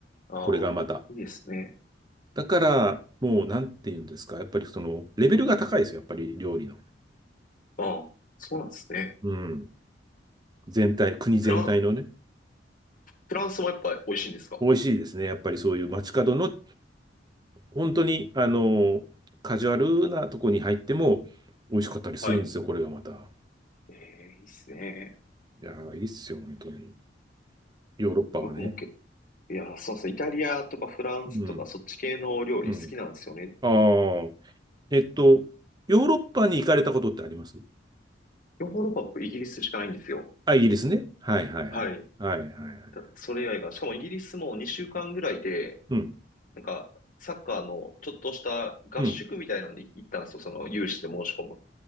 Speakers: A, on the left; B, on the right.
A: あ
B: これがまた。
A: あ、いいですね。
B: だから、もう、なんて言うんですか。やっぱりその、レベルが高いですよ。やっぱり料理の。
A: ああ、そうなんですね。
B: うん。全体、国全体のね。
A: フラン、フランスもやっぱ美味しいんですか
B: 美味しいですね。やっぱりそういう街角の、本当に、あの、カジュアルなとこに入っても、美味しかったりするんですよ。
A: はい。
B: これがまた。
A: ええ、いいっすね。
B: いやー、いいっすよ。本当に。ヨーロッパはね。
A: 僕もけ、いや、そうそう、イタリアとかフランスとかそっち系の料理好きなんですよね。
B: うん。うん。ああ。えっと、ヨーロッパに行かれたことってあります
A: ヨーロッパは僕イギリスしかないんですよ。
B: あ、イギリスね。はいはいはい。
A: はい。
B: はいはいはい。
A: それ以外が、しかもイギリスも2週間ぐらいで、
B: うん。
A: なんか、サッカーのちょっとした合宿みたいなんで行ったんですよ、
B: うん。
A: その有志で申し込む。